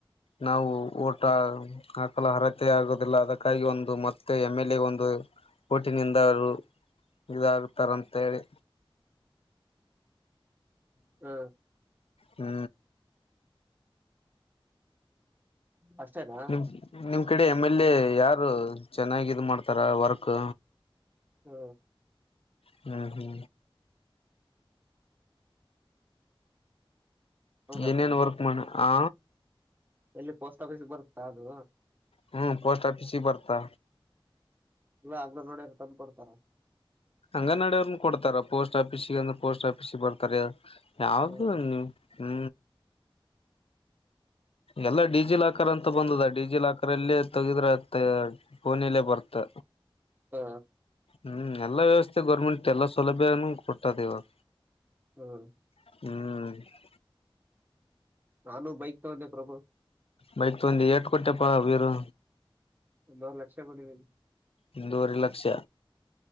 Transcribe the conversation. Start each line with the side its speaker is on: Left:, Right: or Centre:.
Left: ನಾವು ಓಟ ಆಾಕಲ್ಲ ಹರತೆೆ ಆಗುದಿಲ್ಲ ಅದಕ್ಕಾಗಿ ಒಂದು ಮತ್ತೆ ಎಮ್ ಎಲ್ ಎ ಒಂದು ಕೋಟಿನಿಂದ ಅವರು ಇದಾಗುತ್ತಾರ ಅಂತೇಳಿ
Right: ಹಾ
Left: ಹೂ
Right: ಅಷ್ಟೇನಾ
Left: ನಿಮ್ ನಿಮ್ ಕಡೆ ಎಮ್ ಎಲ್ ಎ ಯಾರು ಚೆನ್ನಾಗ ಇದ್ನ ಮಾಡ್ತಾರ ವರ್ಕ್
Right: ಹೂ
Left: ಹೂ ಹೂ
Right: ಹೌದಾ
Left: ಏನೇನ್
Right: ಪ್ರಭು
Left: ವರ್ಕ್ ಮಾಡ ಆ
Right: ಎಲ್ಲಿ ಪೋಸ್ಟ್ ಆಫೀಸ್ ಬರುತ್ತಾ ಅದು
Left: ಹೂ ಪೋಸ್ಟ್ ಆಫೀಸಿಗೆ ಬರ್ತಾ
Right: ಇಲ್ಲ ಅಗ್ರ ನೋಡ ತಂದು ಕೊಡ್ತಾರ
Left: ಹಂಗ ನಡೋ್ರನ್ನ ಕೊಡ್ತಾರ ಪೋಸ್ಟ್ ಆಫೀಸಗ ಅಂದ್ರೆ ಪೋಸ್ಟ್ ಆಫೀಸಿಗೆ ಬರ್ತಾರ ಯಾವ್ದ
Right: ಹ್ಮ್
Left: ನೀವು ಹೂ ಎಲ್ಲ ಡಿಜಿ ಲಾಕರ್ ಅಂತ ಬಂದದ ಡಿಜಿ ಲಾಕರ್ ಅಲ್ಲೇ ತಗಿದ್ರೆ ಅತ್ತೆ ಪೋನಲೆ ಬರ್ತ್
Right: ಹಾ
Left: ಹ್ಮ್ ಎಲ್ಲಾ ವ್ಯವಸ್ಥೆ ಗೌರ್ಮೆಂಟ್ ಎಲ್ಲಾ ಸೌಲಭ್ಯನೂ ಕೊಟ್ಟದೆ ಇವಾಗ
Right: ಹ್ಮ
Left: ಹ್ಮ್
Right: ನಾನು ಬೈಕ್ ತಗೋಂಡೆ ಪ್ರಭು
Left: ಬೈಕ್ ತಗೋಂದಿ ಎಟ್ ಕೊಟ್ಟಪ್ಪಾ ವೀರು
Right: ಒಂದವರೆ ಲಕ್ಷ ಕೊಡಿದ್ದೀರಿ
Left: ಒಂದೂವರೆ ಲಕ್ಷ